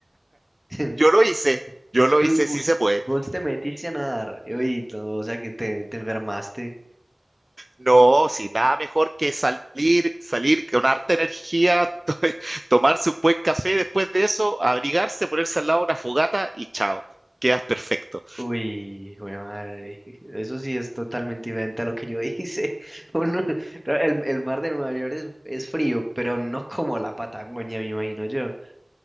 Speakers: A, in the centre; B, on the right.
A: <laughs>
B: yo lo hice, yo lo
A: Tú,
B: hice, sí
A: us-
B: se puede.
A: vos te metiste a nadar, uy, no, o sea que te, te enfermaste.
B: No, si nada mejor que salir, salir con harta energía, <laughs> to- tomarse un buen café después de eso, abrigarse, ponerse al lado de una fogata y chao, quedas perfecto.
A: Uy, güey, madre. Eso sí es totalmente diferente a lo que yo hice. <laughs> Uno- claro, el, el mar de Nueva York es, es frío, pero no como la Patagonia, me imagino yo.